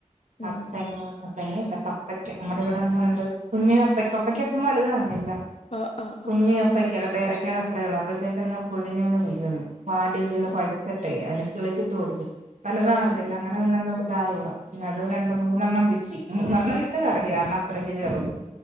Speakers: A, on the right (about 65°); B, on the left (about 50°).
A: മത്ത
B: ഉം
A: മത്തങ്ങല്ല ക പ്പയ്ക്ക നമ്മുടെ ഇവിടെന്നണ്ട് കുഞ്പ്പയ്ക്ക് അപ്പയ്ക്ക ഇപ്പം വലുതാകുന്നില്ല.
B: ആഹ് ആഹ്
A: കുഞ്ഞ്
B: ആഹ്
A: കപ്പക്കല്ല പേരക്കേട അത്രേ ഒള്ള് അപ്പോഴത്തേക്കങ്ങ് പൊഴിഞ്ഞങ് വീഴുന്നു. പാടി വീണ് പഴിത്തിട്ടെ
B: ഉം
A: അതിന് കിളിച്ചിട്ട് കൊടുത്തു പലുത ആവുന്നില്ല
B: ആഹ് ആഹ്
A: അങ്ങനെ നിന്നങ് ഇതാവുവാ. പിന്നെ അത് രണ്ട് മൂന്നെണ്ണം പിച്ചി മൂന്നെണ്ണം ഇട്ട് കറിക്ക് കർണ അത്രയ്ക്ക് ചെറുത്.